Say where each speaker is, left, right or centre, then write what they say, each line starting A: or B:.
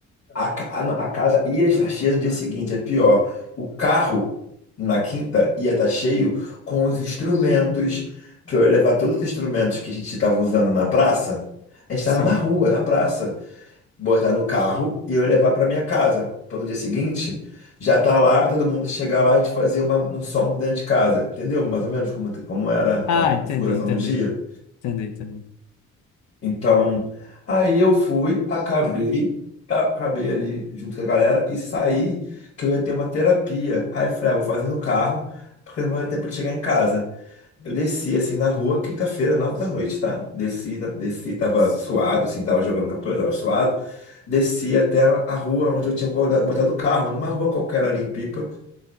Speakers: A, on the left; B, on the left.
A: A, ca- ah, não, a casa ia estar cheia no dia seguinte, é pior. O carro, na quinta, ia estar cheio com os instrumentos, que eu ia levar todos os instrumentos que a gente estava usando na praça. A gente estava
B: Sim.
A: na rua, na praça. Botar no carro e eu ia levar para minha casa. pelo dia seguinte, já tá lá, todo mundo chegar lá e a gente fazer uma- um som dentro de casa. Entendeu? Mais ou menos como, como era
B: Ah,
A: a
B: entendi,
A: configuração
B: entendi,
A: do dia.
B: entendi, entendi.
A: Então, aí eu fui, acabei, tá, acabei ali junto com a galera e saí que eu ia ter uma terapia. Aí eu falei, ah, vou fazer no carro, porque não vai ter tempo de chegar em casa. Eu desci assim na rua, quinta-feira, nove da noite, tá? Desci, da- desci, tava
B: Nossa.
A: suado, assim, tava jogando capoeira, tava suado. Desci até a rua onde eu tinha bota- botado o carro, numa rua qualquer ali em Pipa.